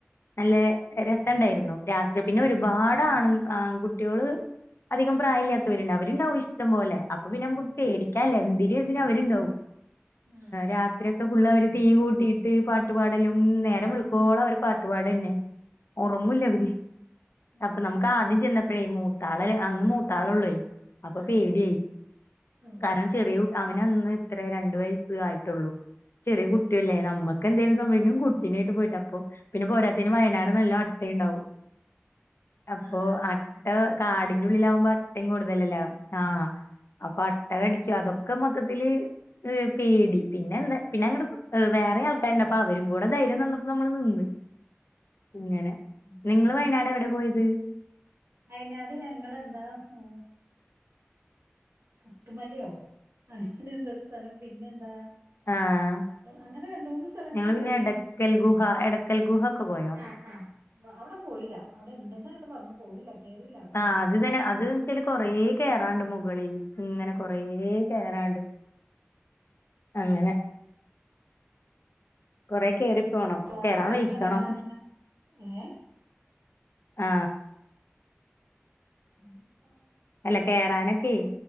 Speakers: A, on the left; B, on the right.
A: നലെ. രസണ്ടായിരുന്നു
B: ഉം
A: രാത്രി പിന്നെ ഒരുപാട് ആണ് ആൺകുട്ട്യോള്. അധികം പ്രായല്യാതോര്ണ്ട്
B: ഉം
A: അവര്ണ്ടാവും ഇഷ്ടം പോലെ. അപ്പൊ പിന്നമുക്ക് പേടിക്കാല്ല എന്തിനും ഏതിനും അവര്ണ്ടാവും
B: ഉം ആഹ്
A: രാത്രിയൊക്കെ ഫുള്ളവര് തീ കൂട്ടിയിട്ട് പാട്ടുപാടലും നേരം വെളക്കോളം അവര് പാട്ടുപാടന്നെ. ഒറങ്ങൂല്ലവര്
B: ആഹ് ഉം
A: അപ്പൊ നമുക്ക്
B: ഉം
A: ആദ്യം ചെന്നപ്പോഴേ മൂ ത്താളല് അന്ന് മൂത്താളൊള്ളേ അപ്പൊ
B: ആഹ്
A: പേടിയായി
B: ഓ
A: കാരണം
B: ഓ
A: ചെറിയ കു അവനന്ന്. ഇത്ര രണ്ടവയസ് ആയിട്ടൊള്ളൂ ചെറിയ കുട്ടിയല്ലേ നമ്മ. ക്കെന്തേലും സംഭവിക്കും കുട്ടീനായിട്ട് പോയിട്ട് അപ്പൊ പിന്നെ പോരാത്തെന് വയനാട് നല്ല അട്ടയ്ണ്ടാവും. അപ്പൊ
B: ആഹ്
A: അട്ട കാടിന്റെ ഉള്ളിലാവുമ്പോ അട്ടേം കൂടുതലല്ലെ ആ. അപ്പൊ അട്ട കടിക്കും അതൊക്കെ മൊത്തത്തില് പേടി. പിന്നെന്താ പിന്നെ
B: ആഹ്
A: അങ്ങട് വേറെ ആൾക്കാര്ണ്ട് അപ്പൊ അവരും കൂടെ ധൈര്യം തന്നപ്പോ നമ്മള് നിന്ന്. അങ്ങനെ
B: ഉം ഉം ഉം
A: നിങ്ങള്
B: ഉം
A: വയനാടെവിടെ പോയത്.
B: വയനാട് ഞങ്ങളെന്താ പൂ പുത്തുമലയോ. അങ്ങനെ എന്തോ ഒരു സ്ഥലം പിന്നെന്താ.
A: ആഹ്
B: അങ്ങനെ രണ്ടൂന്ന് സ്ഥലങ്ങളിൽ
A: ഞങ്ങള് പിന്നെ
B: പോയി.
A: എടക്കൽ ഗുഹ എടക്കൽ ഗുഹ ഒക്കെ പോയോ?
B: ആ ആ അവിടെ പോയില്ല അവിടെ ഇണ്ടന്നാണ്ട് പറഞ്ഞു പോയില്ല. കേറിയില്ല അവിടെ
A: ആ അത് ഇതന്നെ അത്ച്ചാല് കൊറേ കേറാണ്ട്‌ മുകളിൽ. ഇങ്ങനെ
B: ആഹ്
A: കൊറേ കേറാണ്ട്. അങ്ങനെ. കൊറെ കേറി പോണം
B: കൊറോണ
A: കേറാൻ
B: കഴിഞ്ഞ
A: വെയിക്കണം.
B: ഉടനെ അറിഞ്ഞു ഏഹ്
A: ആ
B: ഇപ്പ
A: അല്ല കേറാനൊക്കെ